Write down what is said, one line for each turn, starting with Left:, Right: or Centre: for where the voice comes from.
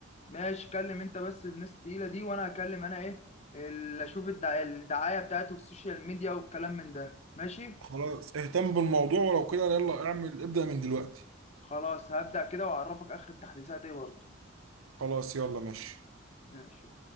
Left: ماشي كلم انت بس الناس التقيلة دي وانا هكلم انا ايه اللي اشوف الدع- الدعاية بتاعته في السوشيال ميديا والكلام من ده ماشي
Right: خلاص اهتم بالموضوع ولو كده يلا اعمل ابدأ من دلوقتي
Left: خلاص هبدأ كده واعرفك اخر التحديثات ايه برضه
Right: خلاص يلا ماشي
Left: ماشي